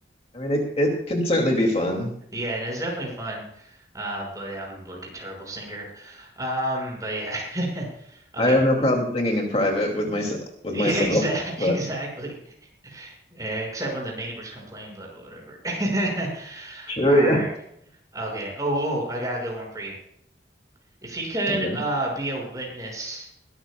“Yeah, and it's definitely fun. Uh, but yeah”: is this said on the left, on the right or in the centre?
Right